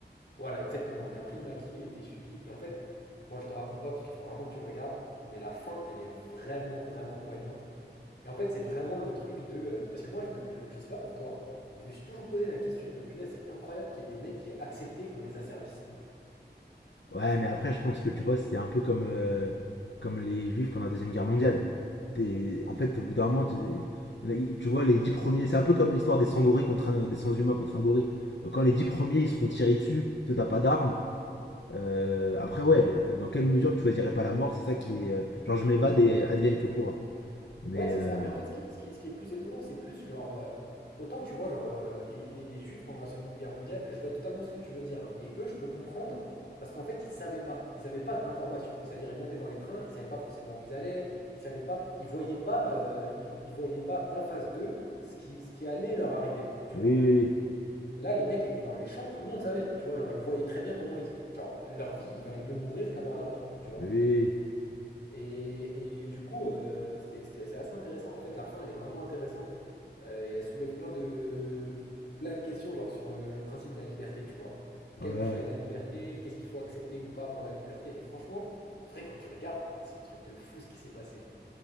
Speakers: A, on the left; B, on the left.
A: voilà, exactement. Il a pris le maquis, il était suivi. Et en fait, bon, je te raconte pas parce qu'il faut vraiment que tu le regardes, mais la fin, elle est vraiment, vraiment poignante. Et en fait, c'est vraiment le truc de. euh, parce que moi, je, me, je, je sais pas pour toi, je me suis toujours posé la question de punaise, c'est incroyable qu'il y ait des mecs qui aient accepté qu'on les asservisse.
B: Ouais, mais après, je pense que tu vois, c'était un peu comme, euh, comme les Juifs pendant la Deuxième Guerre mondiale. T'es- en fait, au bout d'un moment, tu, il y en a- tu vois, les dix premiers, c'est un peu comme l'histoire des sangoris contre un- des sans-humains contre un gorille. Quand les dix premiers, ils se font tirer dessus, toi, t'as pas d'armes. Euh, après, ouais, dans quelle mesure tu choisirais pas la mort, c'est ça qui est. euh, genre, je m'évade et advienne que pourra. Mais,
A: Ouais, c'est
B: euh,
A: ça. Mais en fait, ce qui, ce qui- ce qui est plus étonnant, c'est plus genre. euh, autant tu vois, genre, euh, les, les- les Juifs pendant la Seconde Guerre mondiale, je vois totalement ce que tu veux dire. hein. mais eux, je peux comprendre parce qu'en fait, ils savaient pas. Ils avaient pas d'informations. Donc, c'est-à-dire, ils montaient dans les trains, ils savaient pas forcément où ils allaient, ils savaient pas, ils voyaient pas, euh, ils, ils voyaient pas en face d'eux ce qui, ce qui allait leur arriver, tu
B: oui,
A: vois.
B: oui,
A: Là, les mecs étaient dans les champs, tout le monde savait, tu vois. Genre, ils voyaient très bien comment ils. Genre, leur vie, il valait mieux mourir qu'avoir leur vie, tu vois.
B: oui, oui,
A: Et, et du coup, euh, c'était, c'était- c'est assez intéressant. En fait, la fin, elle est vraiment intéressante. euh, et elle soulève plein de, plein de questions, genre sur le, le principe de la liberté, tu vois. Quel
B: ouais. ouais.
A: prix à la liberté? Qu'est-ce qu'il faut accepter ou pas pour la liberté? Et franchement, en vrai, quand tu regardes, c'est un truc de fou ce qui s'est passé. hein.